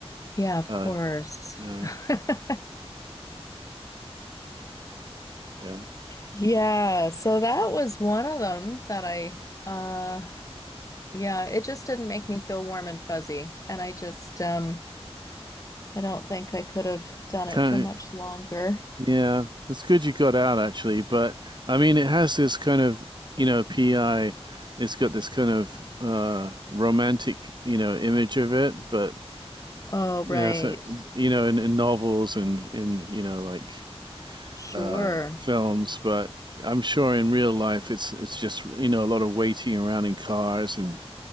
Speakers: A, on the left; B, on the right.
A: Yeah, of
B: Uh,
A: course.
B: uh,
A: <laughs>
B: <laughs> yeah,
A: Yeah, so that was one of them that I uh yeah, it just didn't make me feel warm and fuzzy. And I just um I don't think I could have done
B: kind
A: it for much longer.
B: Yeah, it's good you got out actually, but I mean, it has this kind of, you know, PI, it's got this kind of uh romantic, you know, image of it, but
A: Oh,
B: you
A: right.
B: know, so you know, in, in novels and in, you know, like
A: Sure.
B: uh films, but I'm sure in real life it's it's just, you know, a lot of waiting around in cars and